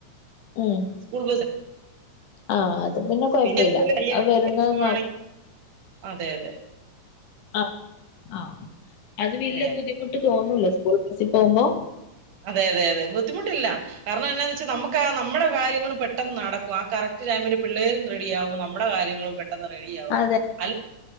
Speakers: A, on the left; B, on the right.
A: ഉം
B: സ്കൂൾ
A: ആ അത് പിന്നെ കൊഴപ്പില്ല
B: പിന്ന എന്തേലും വയ്യായ്ക
A: അത് വരുന്നത്
B: വരുവാണെങ്കി
A: നോ
B: അതെ അതെ
A: അ ആ അത്
B: അങ്ങനെ
A: വല്ല്യ ബുദ്ധിമുട്ട് തോന്ന സ്കൂൾ ബസി പോക്പോ
B: അതെ അതെ അതെ ബുദ്ധിമുട്ടില്ല കാരണം എന്താന്ന് വെച്ചാൽ നമുക്ക് ആ നമ്മുടെ കാര്യങ്ങളും പെട്ടെന്ന് നടക്കും ആ കറക്റ്റ് ടൈമില് പിള്ളേരും റെഡിയാവും നമ്മുടെ കാര്യങ്ങളും പെട്ട പെട്ടെന്ന് റെഡിയാവും
A: അതെ
B: അല്ല